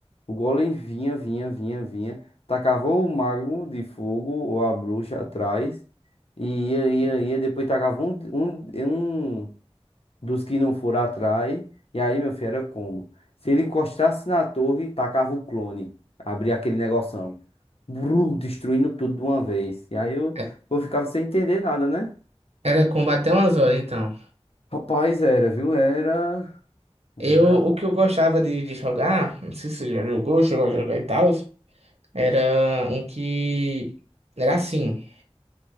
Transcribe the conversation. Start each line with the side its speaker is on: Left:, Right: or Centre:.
Left: o golem vinha, vinha, vinha, vinha, tacava o mago de fogo ou a bruxa atrás, e ia, ia, ia, depois tacava um, um, um dos que não foram atrás. E aí, meu filho, era combo. Se ele encostasse na torre, tacava o clone. Abria aquele negoção. Bru, destruindo tudo de uma vez. E aí eu,
Right: É-
Left: eu ficava sem entender nada, né?
Right: Era combater umas horas, então.
Left: Rapaz, era, viu? Era. Era.
Right: Eu, o que eu gostava de, de jogar, não sei se você já jogou, chegou a jogar e tal, era um que era assim,